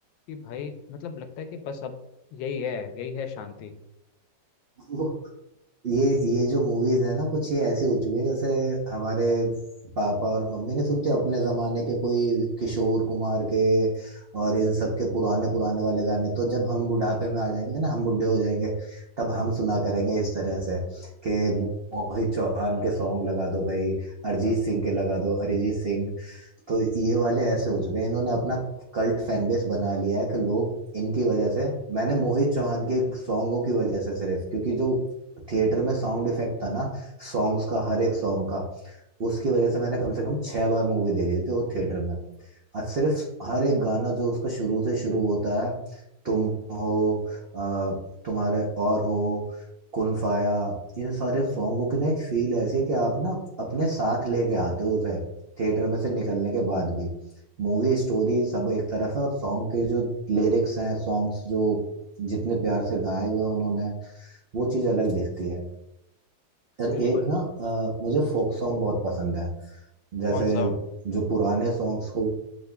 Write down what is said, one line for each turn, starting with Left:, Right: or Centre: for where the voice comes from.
Left: कि भाई मतलब लगता है कि बस अब यही है यही है शांति
Right: <laughs> ये ये जो मूवीज है ना कुछ ये ऐसी हो चुकी है जैसे हमारे पापा और मम्मी ने सुनते हैं, अपने जमाने के कोई किशोर कुमार के और इन सब के पुराने पुराने वाले गाने तो जब हम बुढ़ापे में आ जाएंगे ना हम बुढ़े हो जाएंगे तब हम सुना करेंगे इस तरह से कि मोहित चौहान के सॉन्ग लगा दो भाई अरिजीत सिंह के लगा दो अरिजीत सिंह तो ये वाले ऐसे हो चुके हैं इन्होंने अपना कल्ट फैन बेस बना लिया है कि लोग इनकी वजह से मैंने मोहित चौहान के सॉन्गों की वजह से सिर्फ क्योंकि जो थिएटर में साउंड इफेक्ट था ना सॉन्ग्स का हर एक सॉन्ग का उसकी वजह से मैंने कम से कम छह बार मूवी देखी थी वो थिएटर में आज सिर्फ हर एक गाना जो उसका शुरू से शुरू होता है तुम हो आ, तुम्हारे और हो कुन फाया इन सारे सॉन्गों की ना एक फील ऐसी है कि आप ना अपने साथ लेके आते हो उसे थिएटर में से निकलने के बाद भी मूवी स्टोरी सब एक तरफ है और सॉन्ग के जो लिरिक्स हैं सॉन्ग्स जो जितने प्यार से गाए हुए हैं उन्होंने वो चीज़ अलग दिखती है और
Left: बिल्कुल
Right: एक ना अ, मुझे फोक सॉन्ग बहुत पसंद है जैसे
Left: कौन सा
Right: जो पुराने सॉन्ग्स को